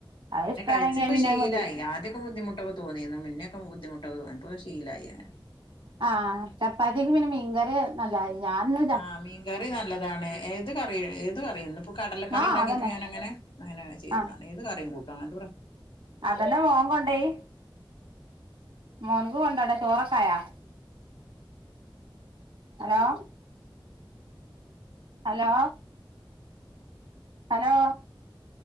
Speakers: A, on the right; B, on the left.
A: അത്
B: പിന്നെ
A: ഇഷ്ടാണെങ്കി
B: കഴിച്ച്പ്പ
A: പിന്നെ
B: ശീലായി
A: അത് മതിയല്ലോ
B: ആദ്യ ആദ്യക്കെ ബുദ്ധമുട്ടൊക്കെ തോന്നീന്നു മുന്നേക്കെ ബുദ്ധിമുട്ടൊക്കെ തോന്നിപ്പൊശീലായിഅങ്ങനെ
A: ആഹ് ചപ്പാത്തീക്ക് പിന്നെ മിൻകറി നല്ലായി ഞാൻന്ന്
B: ആഹ് മീൻകറി നല്ലതാണ് ഏത് കറി ഏത് കറിയന്ന് ഇപ്പൊ കടലക്കറിണ്ടാക്കിയപ്പോ
A: ആഹ് അതന്നെ
B: ഞാനങ്ങനെ അങ്ങനെ ചെയ്തതാണ്
A: ആഹ്
B: ഏത് കറിംകൂട്ടും അങ്ങൻതെ പ്ര
A: അതന്നെ മോൻ കൊണ്ടോയി മോൻക്ക്കൊണ്ടോണ്ടേ ചോറൊക്കായോ ഹലോ ഹലോ ഹലോ